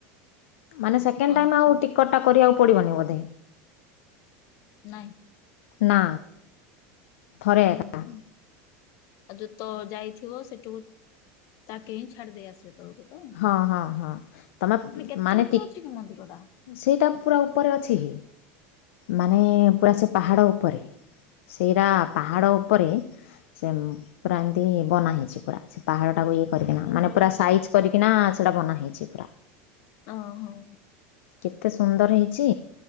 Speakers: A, on the left; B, on the left.
A: ମାନେ ସେକେଣ୍ଡ
B: ଆଚ୍ଛା,
A: ଟାଇମ ଆଉ ଟିକଟ ଟା କରିବାକୁ ପଡ଼ିବନି ବୋଧେ।
B: ନାଇଁ।
A: ନା ଥରେ
B: ହୁଁ,
A: ଏକା।
B: ହୁଁ, ଆଉ ଯୋଉ ତ ଯାଇଥିବ ସେଠକୁ ତାକେ ହିଁ ଛାଡି ଦେଇ ଆସିବେ ତଳକୁ ତ।
A: ହଁ ହଁ ହଁ। ତମେ
B: ମାନେ କେତେ ଉପରେ
A: ଟି
B: ଅଛି କି ମନ୍ଦିର ଟା।
A: ସେଇଟା ପୁରା ଉପରେ ଅଛି ହି ମାନେ ପୁରା ସେ ପାହାଡ ଉପରେ। ସେଇରା ପାହାଡ଼
B: ଓ
A: ଉପରେ। ସେ ପୁରା ଏମିତି ବନା ହେଇଛି ପୁରା ସେ ପାହାଡ଼ ଟାକୁ ବି। କରିକିନା ମାନେ
B: ହୋ।
A: ପୁରା ସାଇଜ୍ କରିକିନା ସେଇଟା ବନା ହେଇଛି ପୁରା।
B: ଓ ହଁ।
A: କେତେ ସୁନ୍ଦର ହେଇଛି